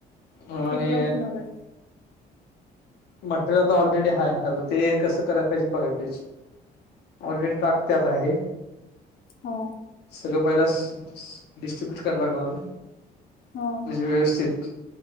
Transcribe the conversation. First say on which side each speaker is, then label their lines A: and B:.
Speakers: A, on the left; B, on the left.
A: ह आणि
B: कितीला उठणार आहे
A: मटेरियल आता ऑलरेडी हाय आता ते कसं कराय पाहिजे बघाय पाहिजे ऑलरेडी ताक त्यात आहे
B: हो
A: सगळं पहिला स, स डिस्ट्रीब्यूट कराय लागणार हाय
B: हा
A: म्हणजे व्यवस्थित